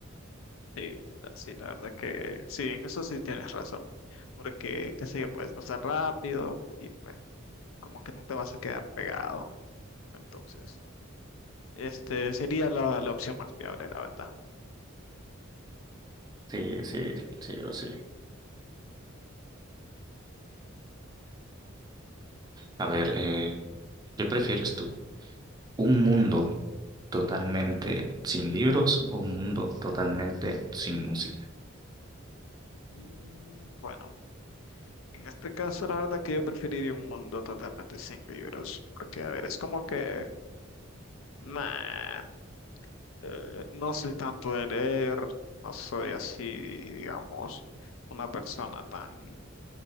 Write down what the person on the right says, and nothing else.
Sí, sí, sí, bro, sí. A ver, eh, ¿qué prefieres tú? ¿Un mundo totalmente sin libros o un mundo totalmente sin música?